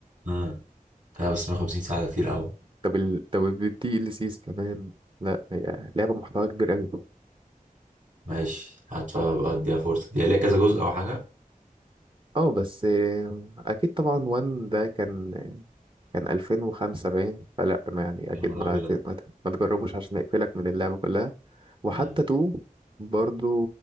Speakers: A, on the right; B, on the right.
A: اه لا بس 150 ساعة ده كتير أوي
B: طب ال... طب الدي ال سيز كمان لا هي لعبة محتوى كبير قوي
A: ماشي هبقى أديها فرصة دي ليها كذا جزء أو حاجة
B: اه بس آه، اكيد طبعا وان ده كان كان 2005 باين فلا ما يعني
A: يا
B: اكيد
A: نهار
B: ما
A: أبيض
B: ت- ما, ت- ما تجربوش عشان يقفلك من اللعبة كلها وحتى
A: مم.
B: تو برضو